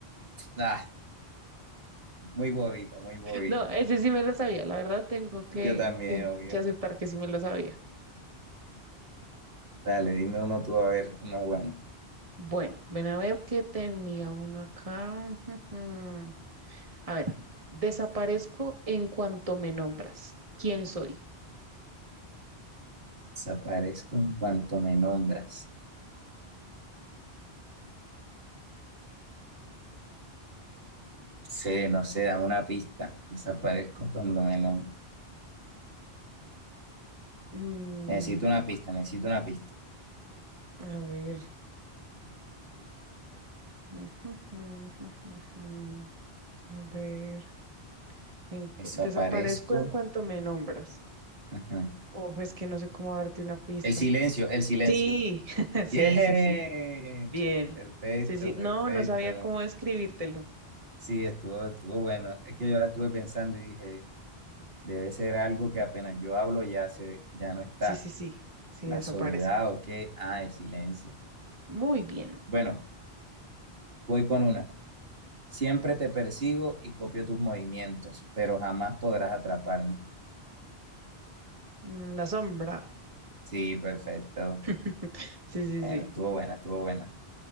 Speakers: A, on the right; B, on the right.
A: Ah, muy bobita, muy bobita.
B: No, ese sí me lo sabía. La verdad tengo que,
A: Yo también,
B: que-
A: obvio.
B: que aceptar que sí me lo sabía.
A: Dale, dime uno tú a ver, uno bueno.
B: Bueno, ven a ver qué tenía uno acá. <laughs> Ujujú. A ver, desaparezco en cuanto me nombras. ¿Quién soy?
A: Desaparezco en cuanto me nombras. Sé, no sé, da una pista. Desaparezco cuando me nombras.
B: Mm,
A: Necesito una
B: ok.
A: pista, necesito una pista.
B: A ver. <laughs> Ujujú, ujujujú. A ver. en cu-
A: Desaparezco.
B: desaparezco en cuanto me nombras.
A: Ajá.
B: O es que no sé cómo darte una pista.
A: El silencio, el silencio.
B: Sí, <laughs> sí,
A: ¡Yeah!
B: sí, sí. Bien.
A: Perfecto,
B: Sí, sí.
A: perfecto.
B: No, no sabía cómo describírtelo.
A: Sí, estuvo, estuvo bueno. Es que yo la estuve pensando y dije, debe ser algo que apenas yo hablo ya se, ya no está.
B: Sí, sí, sí. Sí,
A: La
B: desaparece.
A: soledad o qué. Ah, el silencio.
B: Muy bien.
A: Bueno, voy con una. Siempre te persigo y copio tus movimientos, pero jamás podrás atraparme.
B: Mm, La sombra.
A: Sí, perfecto.
B: <laughs> Sí, sí,
A: Bueno,
B: sí.
A: estuvo buena, estuvo buena.